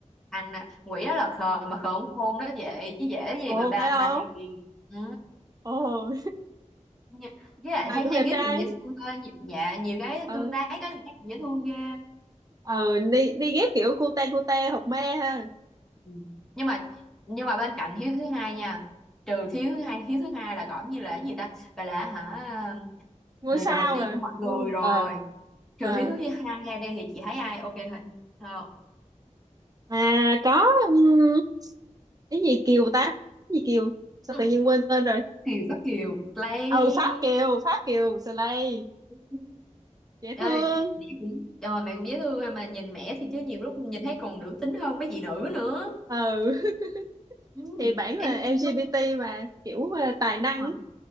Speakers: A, in the centre; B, on the right (about 30°).
A: anh à, quỷ đó là khờ mà khờ không khôn đó vậy chứ dễ
B: ồ,
A: gì mà bà
B: phải
A: mà
B: không?
A: hiền ừ.
B: Ồ,
A: Như- với lại
B: mà
A: thấy
B: cũng
A: Negip
B: đẹp trai.
A: cũng dễ thương cơ Nhi- dạ nhiều cái
B: Ừ,
A: tương tác có những cái cũng dễ thương ghê
B: ừ, đi, đi ghép kiểu cute cute, hột me ha.
A: ừ. nhưng mà nhưng mà bên cạnh hiếu thứ hai nha trừ thiếu thứ hai hiếu thứ hai là gọi như là cái gì ta gọi là hả
B: Ngôi
A: lựa
B: sao
A: chọn đầu tiên
B: rồi.
A: của mọi người
B: Ồ,
A: rồi
B: ờ.
A: trừ
B: ờ.
A: hiếu thứ hai ra đi thì chị thấy ai ok hơn hơn
B: À có ừm, cái gì Kiều ta? Cái gì Kiều? Sao
A: ừ.
B: tự nhiên quên tên rồi?
A: Kiều có Kiều play
B: Ừ Pháp Kiều, Pháp Kiều Slay,
A: ừ.
B: dễ
A: ơi
B: thương.
A: mẹ cũng trời mẹ cũng dễ thương ha, mà nhìn mẹ thì chứ nhiều lúc nhìn thấy còn nữ tính hơn mấy chị nữ nữa
B: Ừ <laughs>
A: ừ.
B: thì bản là
A: em lúc
B: LGBT
A: đúng
B: mà kiểu ờ, tài năng.
A: rồi